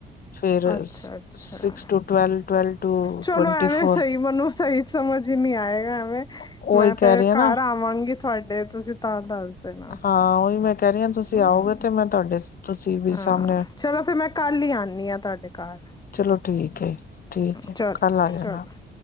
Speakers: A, on the left; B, on the left.
A: ਫਿਰ
B: ਅੱਛਾ
A: six
B: ਅੱਛਾ
A: two twelve twelve two
B: ਚਲੋ
A: ਟਵੰਟੀ
B: ਐਵੇਂ
A: ਫੋਰ।
B: ਸਹੀ ਮੈਨੂੰ ਸਹੀ ਸਮਝ ਹੀ ਨਹੀਂ ਆਏ। ਐਵੇਂ
A: ਉਹੀ
B: ਮੈਂ
A: ਕਹਿ
B: ਫੇਰ
A: ਰਹੀ ਆ ਨਾ
B: ਘਰ ਆਵਾਂਗੀ। ਤੁਹਾਡੇ ਤੁਸੀਂ ਤਾਂ ਦੱਸ ਦੇਣਾ
A: ਹਾਂ ਉਹੀ ਮੈਂ ਕਹਿ ਰਹੀ ਹਾਂ ਤੁਸੀਂ
B: ਹਮ
A: ਆਓਗੇ ਤੇ ਮੈਂ ਤੁਹਾਡੇ ਤੁਸੀਂ ਵੀ
B: ਹਾਂ
A: ਸਾਹਮਣੇ
B: ਚਲੋ ਫਿਰ ਮੈਂ ਕੱਲ ਹੀ ਆਉਂਦੀ ਹਾਂ ਤੁਹਾਡੇ ਘਰ
A: ਚਲੋ ਠੀਕ ਹੈ ਜੀ ਠੀਕ ਹੈ
B: ਚਲੋ
A: ਕੱਲ ਆ ਜਾਨਾ
B: ਚਲੋ